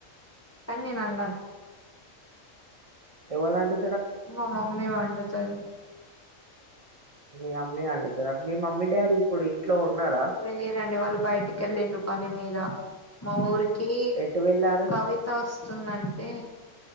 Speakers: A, on the left (about 25°); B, on the right (about 65°).
A: కానీ నేను వాండను
B: ఎవలాండు
A: మా మమ్మీ వండుతది
B: మీ మమ్మీ వండుతాద మీ మమ్మీ డాడీ ఇప్పుడు ఉన్నారా
A: లేరండి వాళ్ళు బయటికి వెళ్లింరు పని మీద మా ఊరి కి
B: ఎటు వెళ్ళారు
A: కవిత వస్తుందంటే